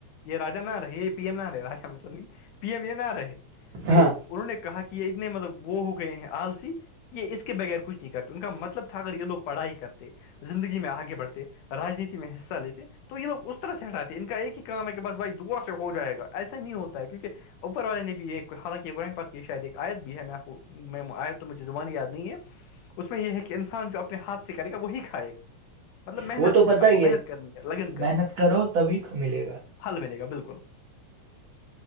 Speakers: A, on the left (about 75°); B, on the right (about 80°).
A: یہ راجا نہ رہے یہ پی ایم نہ رہے راجا مطلب نہیں پی ایم یہ نہ رہے
B: ہاں
A: تو انہوں نے کہا کہ یہ اتنے مطلب وہ ہو گئے ہیں آلسی یہ اس کے بغیر کچھ نہیں کرتے ان کا مطلب تھا اگر یہ لوگ پڑھائی کرتے زندگی میں آگے بڑتے رانیتی میں حصہ لیتے تو یہ لوگ اس طرح سے ہٹاتے ہیں ان کا ایک ہی کام ہے کہ بس بھائی دعا سے ہو جائے گا ایسا نہیں ہوتا ہے کیونکہ اوپر والے نے بھی حالانکہ شاید ایک آیت بھی ہے میں آیت تو مجھے زبان یاد نہیں ہے اس میں یہ ہے کہ انسان جو اپنے ہاتھ سے کرے گا وہی کھائے گا مطلب محنت
B: وہ تو
A: سے
B: پتا
A: آپ کو
B: ہی
A: محنت
B: ہے
A: کرنی ہے لگن کرنی
B: محنت
A: ہے
B: کرو تبھی ملے گا
A: پھل ملے گا بالکل